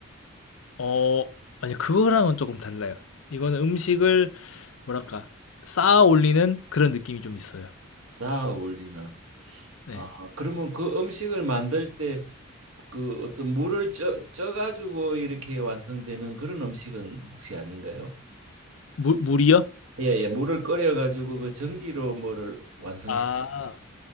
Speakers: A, on the left; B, on the right.
A: 어 아니 그거랑은 조금 달라요. 이거는 음식을 뭐랄까 쌓아 올리는 그런 느낌이 좀 있어요.
B: 쌓아 올리는
A: 네.
B: 아, 그러면 그 음식을 만들 때 그 어떤 물을 쪄, 쪄가지고 이렇게 완성되는 그런 음식은 혹시 아닌가요?
A: 물 물이요?
B: 예, 예, 물을 끓여가지고 그 전기로 뭐를 완성시키고.
A: 아